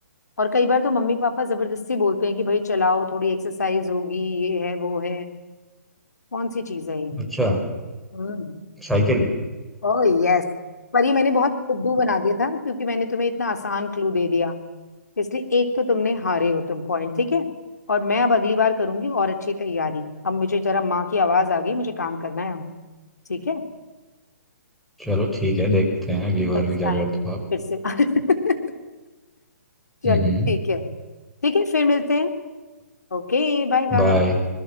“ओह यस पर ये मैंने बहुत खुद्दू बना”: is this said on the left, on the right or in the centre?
Left